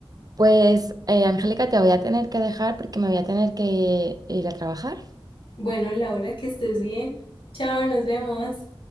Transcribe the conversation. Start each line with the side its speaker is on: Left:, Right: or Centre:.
Right: Pues, eh, Angélica, te voy a tener que dejar porque me voy a tener que ir a trabajar.
Left: Bueno, Laura, que estés bien. Chao, nos vemos.